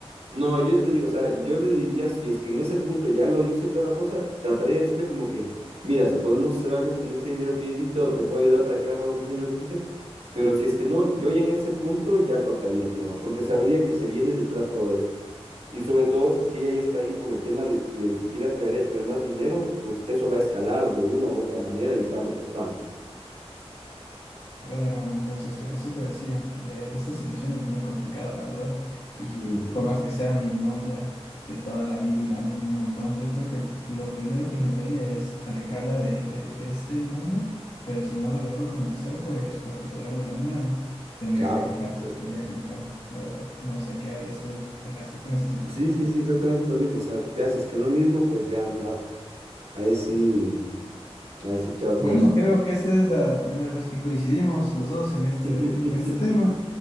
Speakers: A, on the right (about 75°); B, on the left (about 70°).
A: No, yo te digo, o sea, yo le diría, si es que en ese punto ya lo hice y toda la cosa, trataría de decirle como que, mira, si podemos hacer algo con ese dinero que hiciste o te puedo ayudar para que hagas algo con ese dinero que hiciste, pero si es que no, yo ya en ese punto ya cortaría el tema, porque sabría que se viene detrás todo esto. Y sobre todo, si es que ella ya está ahí por el tema de, de que quiera traer y atraer más dinero, pues eso va a escalar de una u otra manera y tarde o temprano.
B: Bueno, hermano, entonces, pues, esto te decía, eh, esta situación es muy complicada, la verdad, y
A: Ujú,
B: por más que sea mi novia de toda la vida y la ame un montón, yo creo que lo primero que intentaría es alejarla de, de, de este mundo, pero si no la logro convencer, pues con el dolor del alma tendría
A: Chao.
B: que alejarme,
A: Entonces,
B: tendría que alejarme, la verdad. No sé qué harías tú en esa, en esa situación.
A: sí, sí, sí, exactamente lo mismo. O sea, te haces que no mismo, pues ya nada. Ahí sí. Así, chao
B: Bueno,
A: con eso.
B: creo que esta es la primera vez que coincidimos los dos en este,
A: <laughs> Chévere,
B: en este tema.